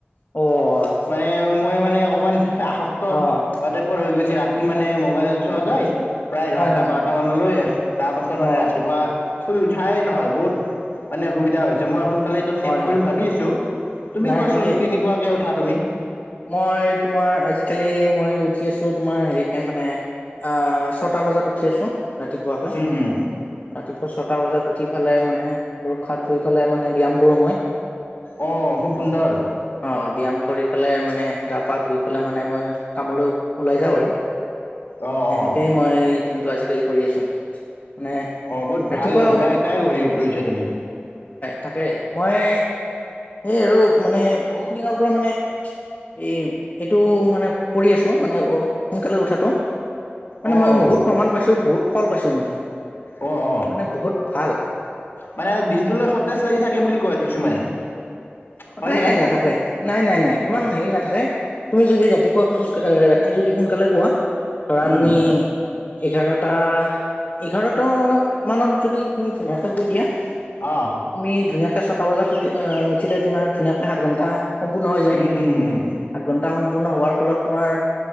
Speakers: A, on the left (about 45°); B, on the left (about 65°).
A: অ',
B: মানে মই মানে মানে অকণমান আসক্ত
A: অ',
B: বাা গৈছে ৰাতি ম মানে মোবাইল
A: হয়,
B: চোৱা যায়
A: হয়,
B: প্ৰায় এঘাৰটা
A: হয়, হয়,
B: বাৰটা
A: হয়,
B: মানলৈ তাৰ পাছত
A: অ',
B: মানে ৰাতিপুৱা শুই উঠাই নহয় বহুত মানে অসুবিধা হৈছে মই শু কাল এইটো তাগ
A: হয়, হয়,
B: কৰিম ভাবি আছো তুমি
A: নাই
B: কোৱাচোন
A: ঠিকেই
B: কেনেকুৱাকে উঠা তুমি
A: মই তোমাৰ আজিকালি মই উঠি আছো তোমাৰ হেৰিকে মানে অ ছটা বজাত উ ঠিক আছ ৰাতিপুৱাকে,
B: উম উম
A: ৰাতিপুৱা ছটা বজাত। উঠি ফেলাই মানে, মুখ হাত ধুই পেলাই, মানে ব্যায়াম কৰো মই।
B: অ' খুব সুন্দৰ।
A: অ ব্যায়াম কৰি। ফালে মানে, গা পা ধুই পেলাই মানে মই। কামলৈ ওলাই যাওঁ আৰু।
B: অ
A: এনেকেই
B: অ
A: মই জিমটো আজিকালি কৰি আছো। <unintelligible>
B: অ' বহুত
A: ৰাতিপুৱা
B: ভাল অভ্যাস এটাই গঢ়ি তুলিছা তুমি।
A: থাকে, মই সেই আৰু মানে বহুত দিনৰ পৰা মানে। এ এইটো মানে কৰি আছো। মানে অ' সোনকালে উঠাটো। মানে
B: অ
A: মই
B: অ
A: বহুত প্ৰমাণ পাইছো। বহুত ফল পাইছোঁ কিন্তু।
B: অ' অ'
A: মানে বহুত ভাল
B: মানে দিনটোলে সতেজ লাগি থাকে বুলি কয় কিছুমানে।
A: অঁ'
B: হয়নে
A: নাই নাই নাথাকে। নাই, নাই, নাই ইমান হেৰি নাথাকে। তুমি যদি ৰাতিপুৱা সোন, ৰাতি যদি সোনকালে শোৱা। ধৰা
B: উম
A: তুমি এঘাৰটা, এঘাৰটা মানত যদি তুমি ধুনীয়াকে শুই দিয়া।
B: অ
A: তুমি ধুনীয়াকৈ। ছটা বজাত উঠি, অঁ উঠিলে। তোমাৰ ধুনীয়াকে সাত ঘণ্টা। সম্পূৰ্ণ হৈ যায়।
B: উম উম উম
A: সাত ঘন্টা সময়। সম্পূৰ্ণ হোৱাৰ ফলত তোমাৰ,